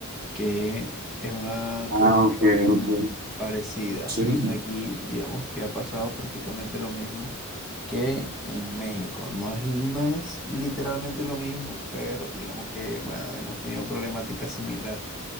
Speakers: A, in the centre; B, on the right.
A: que es una
B: Ah,
A: cuestión
B: ok, ok.
A: parecida.
B: Sí.
A: Entonces aquí digamos que ha pasado prácticamente lo mismo que en México. No es, no es literalmente lo mismo, pero digamos que, bueno, hemos tenido problemáticas similares.